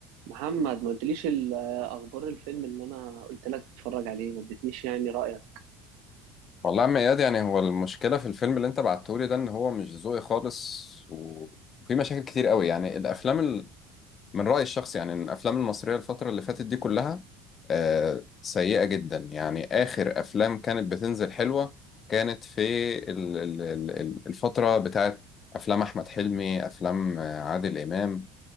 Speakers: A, on the right; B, on the left.
A: محمد ما قلتليش ال- اخبار الفيلم اللي انا قلت لك تتفرج عليه ما اديتنيش يعني رايك
B: والله يا عم اياد يعني هو المشكله في الفيلم اللي انت بعتهولي ده ان هو مش ذوقي خالص وفي مشاكل كتير قوي يعني الافلام ال... من رايي الشخصي يعني إن الافلام المصريه الفتره اللي فاتت دي كلها آه سيئه جدا يعني اخر افلام كانت بتنزل حلوه كانت في ال... ال... ال- ال- الفتره بتاعت افلام احمد حلمي افلام آه، عادل امام